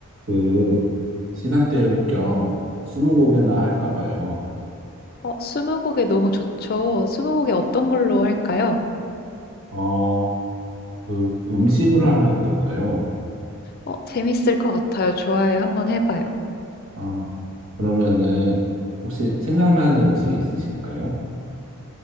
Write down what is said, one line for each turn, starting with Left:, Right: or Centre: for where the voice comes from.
Right: 그 시간 때울 겸 스무고개나 할까 봐요.
Left: 어, 스무고개 너무 좋죠. 스무고개 어떤 걸로 할까요?
Right: 어, 그 음식으로 하면 어떨까요?
Left: 어, 재밌을 것 같아요. 좋아요. 한번 해봐요.
Right: 아, 그러면은 혹시 생각나는 음식 있으신가요?